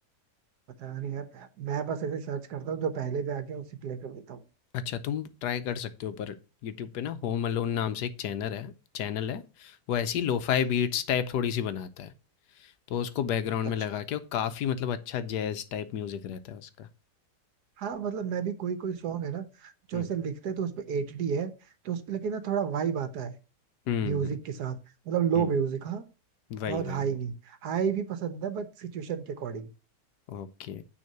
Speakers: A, on the right; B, on the left.
A: पता नहीं यार मैं बस ऐसे सर्च करता हूँ जो पहले पे आ गया उसे प्ले कर देता हूँ
B: अच्छा तुम ट्राई कर सकते हो पर यूट्यूब पे ना होम अलोन नाम से एक चैनल है चैनल है वो ऐसी लोफाई
A: ठीक
B: बीट्स
A: है
B: टाइप थोड़ी सी बनाता है तो उसको बैकग्राउंड में
A: अच्छा
B: लगा के और काफ़ी मतलब अच्छा जैज टाइप म्यूजिक रहता है उसका
A: हाँ मतलब मैं भी कोई कोई सॉन्ग है ना जो
B: हम्म
A: ऐसे लिखते हैं तो उसपे एटीडी है तो उसपे लेकिन ना थोड़ा वाइब आता है
B: हम्म
A: म्यूजिक
B: हम्म
A: के साथ मतलब लो
B: हम्म,
A: म्यूजिक हाँ
B: वही
A: बहुत
B: वही
A: हाई
B: वही
A: नहीं हाई भी पसंद है बट सिचुएशन के अकॉर्डिंग
B: ओके